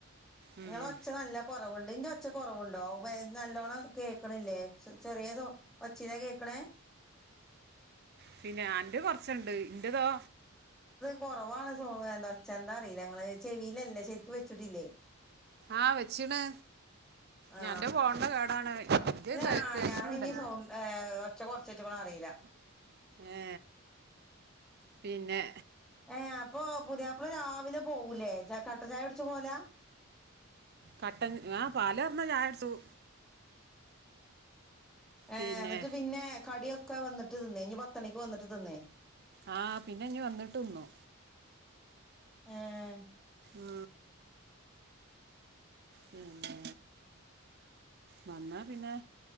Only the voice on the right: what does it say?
ഉം.
പിന്നെ അന്റെ കൊർച്ച്ണ്ട് ഇന്റതോ
ആഹ് വെച്ചിണ്
ഞാൻ്റെ ഫോണിൻ്റെ കേടാണ് ഇത്
കേൾക്കുന്നുണ്ടല്ലോ
ഏ പിന്നെ
കട്ടൻ ആ പാലാർന്ന ചായ കുട്ച്ചും
പിന്നെ
ആ പിന്നെ ഇനി വന്ന്ട്ടിന്നും
ആ പിന്നെ വന്നാ പിന്നെ